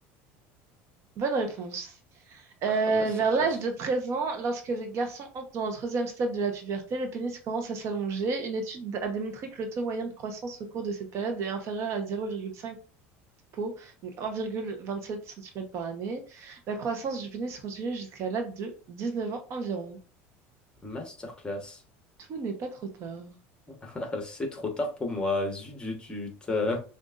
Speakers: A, on the right; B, on the left.
A: Bonne réponse. Euh,
B: Ah, masterclass.
A: vers l'âge de 13 ans, lorsque les garçons entrent dans le troisième stade de la puberté, le pénis commence à s'allonger. Une étude a démontré que le taux moyen de croissance au cours de cette période est inférieur à 0,5 po, donc 1,27 cm par année. La croissance du pénis continue jusqu'à l'âge de 19 ans environ.
B: Masterclass.
A: Tout n'est pas trop tard.
B: <laughs> C'est trop tard pour moi. Zut, zut, zut. Euh,